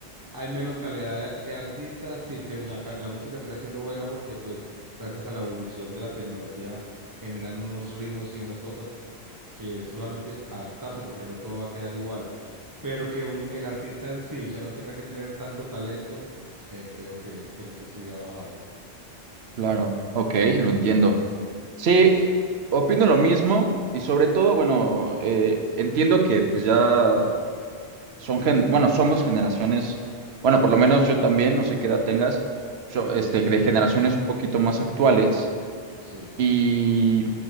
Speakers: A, on the right; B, on the right.
A: hay menos calidad de, de artistas y que la, ca- la música siga siendo buena porque pues gracias a la evolución de la tecnología generan unos ritmos y unas cosas que solamente adaptarse porque no todo va a quedar igual, pero que un- el artista en sí ya no tenga que tener tanto talento, eh, creo que es- en eso sí ha bajado.
B: Claro, ok, lo entiendo. Sí,
A: Sí,
B: opino lo mismo y sobre todo, bueno, eh, entiendo que pues ya son gen- bueno, somos generaciones, bueno, por lo menos yo también, no sé qué edad tengas, so-
A: sí,
B: este, de generaciones un poquito más actuales
A: sí,
B: y